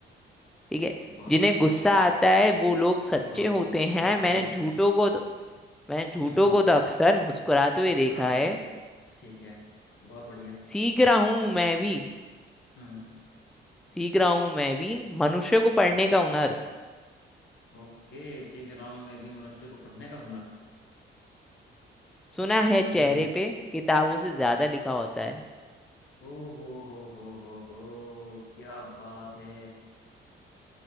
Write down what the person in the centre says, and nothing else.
ठीक है
जिन्हें
गुस्सा आता है वो लोग सच्चे
होते हैं
मैंने
झूठों
को तो, मैंने झूठों
को तो अक्सर मुस्कुराते हुए
देखा है
सीख रहा हूं मैं भी
सीख रहा हूं मैं भी मनुष्य को पढ़ने का हुनर
सुना है
चेहरे
पे किताबों से ज्यादा लिखा होता है